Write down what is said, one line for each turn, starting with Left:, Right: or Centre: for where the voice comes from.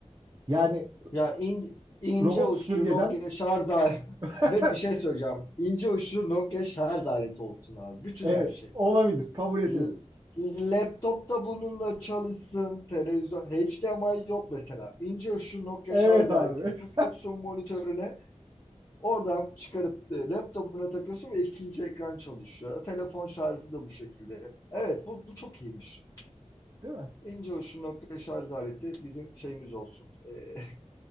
Right: Yani
Left: Ya in- ince
Right: robot
Left: uçlu
Right: süpürgeden
Left: Nokia şarj aleti <laughs>
Right: <laughs>
Left: ve bir şey söyleyeceğim. İnce uçlu Nokia şarj aleti olsun abi. Bütün
Right: evet
Left: her şey.
Right: olabilir. Kabul ediyorum.
Left: L- laptop da bununla çalışsın. Televizyon HDMI yok mesela. İnce uçlu Nokia
Right: Evet
Left: şarj
Right: abi.
Left: aletini takıyorsun
Right: <laughs>
Left: monitörüne. Oradan çıkarıp e, laptopuna takıyorsun ve ikinci ekran çalışıyor. Telefon şarjı da bu şekilde. Evet bu, bu çok iyiymiş.
Right: Değil mi?
Left: İnce uçlu nokta şarj aleti bizim şeyimiz olsun. Ee,